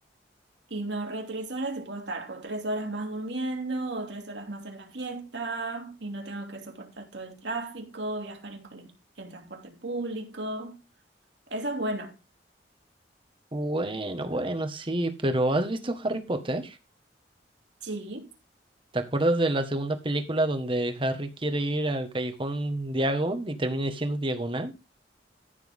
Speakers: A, on the right; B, on the right.
A: y me ahorré tres horas y puedo estar o tres horas más durmiendo o tres horas más en la fiesta y no tengo que soportar todo el tráfico, viajar en, cole- en transporte público. Eso es bueno.
B: Bueno, bueno, sí, pero ¿has visto Harry Potter?
A: Sí.
B: ¿Te acuerdas de la segunda película donde Harry quiere ir al callejón Diagon y termina diciendo diagonal?